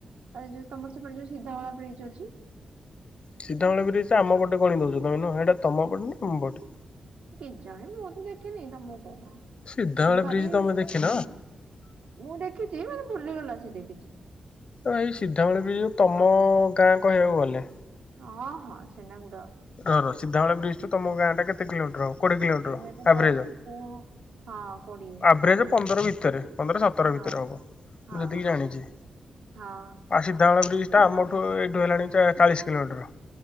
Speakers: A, on the right; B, on the left.
A: ଯୋଉ ତମର ସେପଟେ ଯୋଉ ସିଧବଳା ବ୍ରିଜ୍ ଅଛି।
B: ସିଧାବଳ ବ୍ରିଜ୍ ଆମ ପଟେ ପାଣି ଦଉଛ ଏଇଟା ତମ ପଟେ ନା ଆମ ପଟେ?
A: କିଜାଣି ମୁଁ ତ ଦେଖିନି ତମକୁ କଣ କହିବି
B: ସିଧାମୂଳ
A: ମୁଁ ଖାଲି।
B: ବ୍ରିଜ ତମେ ଦେଖିନ?
A: ମୁଁ ଦେଖିଚି ମାନେ ବୁଲିଗଲା ସେ ଦେଖିଚି।
B: ଏଇ ସିଧାବଳ ବ୍ରିଜ୍ ତମ ଗାଁ କହିବାକୁ ଗଲେ।
A: ହଁ ହଁ ଛେନାଗୁଡ।
B: ରର ସିଧାବଳ ବ୍ରିଜ୍ଠୁ ତମ ଗାଁଟା କେତେ କିଲମିଟର ହବ? କୋଡିଏ କିଲୋମିଟର
A: କୋଡ଼ିଏଟା
B: ଆଭ୍ରେରେଜ।
A: ଦଶ କୋ ହଁ କୋଡ଼ିଏ
B: ଆଭ୍ରେରେଜ ପନ୍ଦର ଭିତରେ। ପନ୍ଦର ସତର
A: ହଁ
B: ଭିତରେ ହବ। ମୁଁ
A: ହଁ
B: ଯେତିକି ଜାଣିଛି।
A: ହଁ
B: ଆ ସିଧାବଳ ବ୍ରିଜ୍ ଟା ଆମଠୁ ଏଇଠୁ ହେଲାଣି ଚାଳିଶି କିଲୋମିଟର।